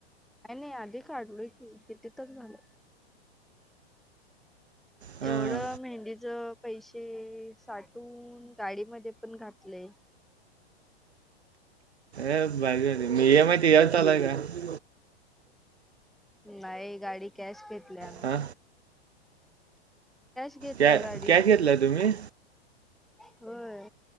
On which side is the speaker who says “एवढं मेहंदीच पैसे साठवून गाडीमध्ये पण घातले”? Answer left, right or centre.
Centre